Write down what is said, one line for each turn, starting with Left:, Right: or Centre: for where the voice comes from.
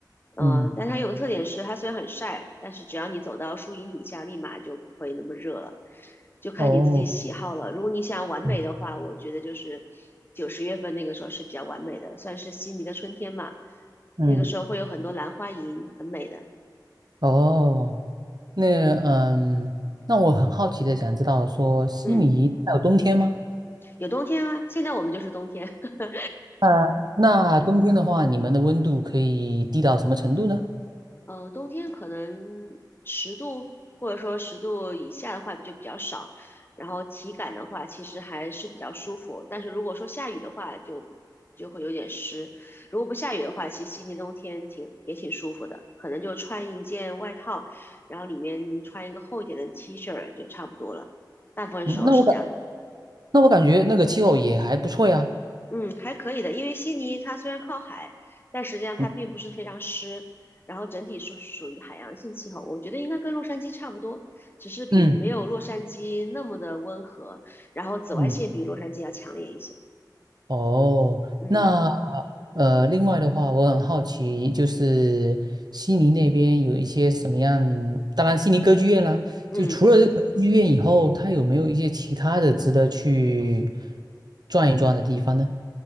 Left: 嗯、
Right: 嗯
Left: 但它有个特点是，它虽然很晒，但是只要你走到树荫底下，立马就不会那么热了，就看你自己喜好了。
Right: 哦
Left: 如果你想完美的话，
Right: 嗯
Left: 我觉得就是九十月份那个时候是比较完美的，算是悉尼的春天嘛，
Right: 嗯
Left: 那个时候会有很多兰花楹，很美的。
Right: 哦。那嗯，那我很好奇的想知道说，悉尼它有冬天吗？
Left: 嗯，有冬天啊，现在我们就是冬天。<laughs>
Right: 啊，那冬天的话，你们的温度可以低到什么程度呢？
Left: 嗯、冬天可能十度或者说十度以下的话就比较少，然后体感的话其实还是比较舒服。但是如果说下雨的话就，就会有点湿。如果不下雨的话，其实悉尼冬天挺也挺舒服的，可能就穿一件外套，然后里面穿一个厚一点的 T 恤儿就差不多了。大部分时候是这样的。
Right: 嗯，那我感那我感觉那个气候也还不错呀。
Left: 嗯，还可以的，因为悉尼它虽然靠海，但实际上它并不是非常湿，
Right: 嗯
Left: 然后整体是属于海洋性气候，我觉得应该跟洛杉矶差不多，只是比没有洛杉矶那么的温和，
Right: 嗯
Left: 然后紫外线比洛杉矶要强烈一些。
Right: 嗯，哦，
Left: 嗯
Right: 那呃，另外的话，我很好奇，就是悉尼那边有一些什么样？当然，悉尼歌剧院啦，
Left: 嗯。
Right: 就除了这个歌剧院以后，它有没有一些其他的值得去转一转的地方呢？